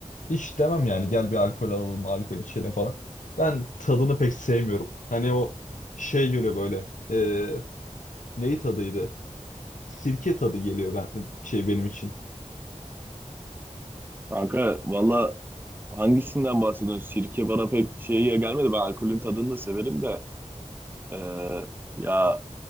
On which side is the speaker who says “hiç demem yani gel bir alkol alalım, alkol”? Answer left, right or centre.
Left